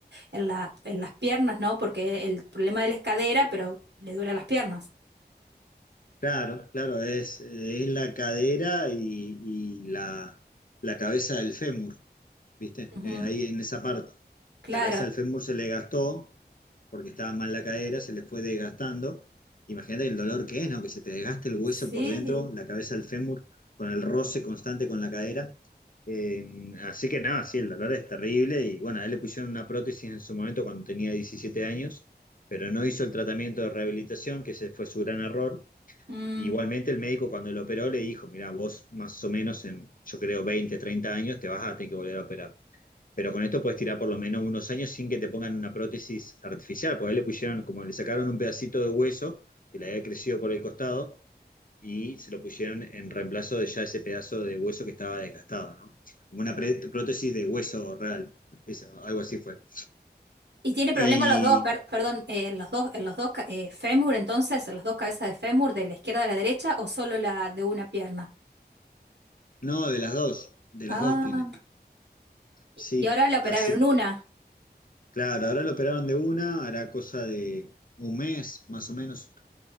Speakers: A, on the right; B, on the left.
A: en la, en las piernas, ¿no? Porque el problema de él es cadera, pero le duele las piernas.
B: Claro, claro, es, eh, es la cadera y, y la, la cabeza del fémur, ¿viste?
A: Ujú,
B: Eh, ahí en esa parte.
A: Claro,
B: La cabeza del fémur se le gastó porque estaba mal la cadera, se le fue desgastando. Imagínate el dolor que es, ¿no? Que se te desgaste el hueso
A: sí.
B: por dentro, la cabeza del fémur, con el roce constante con la cadera. Eh, así que nada, sí, el dolor es terrible y bueno, a él le pusieron una prótesis en su momento cuando tenía 17 años, pero no hizo el tratamiento de rehabilitación, que ese fue su gran error
A: Mm.
B: Igualmente el médico cuando lo operó le dijo, mira, vos más o menos en, yo creo, 20 30 años te vas a tener que volver a operar. Pero con esto puedes tirar por lo menos unos años sin que te pongan una prótesis artificial, porque ahí le pusieron, como le sacaron un pedacito de hueso que le había crecido por el costado y se lo pusieron en reemplazo de ya ese pedazo de hueso que estaba desgastado, ¿no? Como una pre- prótesis de hueso real, eso, algo así fue.
A: Y tiene problemas
B: Y
A: los dos, per- perdón, eh, los dos, en los dos ca- eh, fémur, entonces, en las dos cabezas de fémur, de la izquierda a la derecha, o solo la de una pierna.
B: no, de las dos, de
A: Ah,
B: las dos tiene.
A: y
B: Sí,
A: y ahora le operaron
B: así
A: una.
B: Claro, ahora lo operaron de una, hará cosa de un mes más o menos.